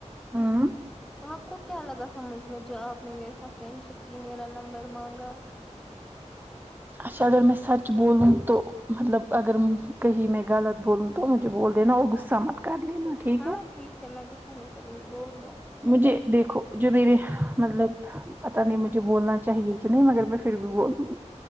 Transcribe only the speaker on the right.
ہوں
اچھا اگر میں سچ بولوں تو مطلب اگر کہیں میں غلط بولوں تو مجھے بول دینا اور غصہ مت کر لینا ٹھیک
ہے
مجھے دیکھو جو میرے مطلب پتہ نہیں مجھے بولنا چاہیے کہ نہیں مگر میں پھر بھی بولوں گی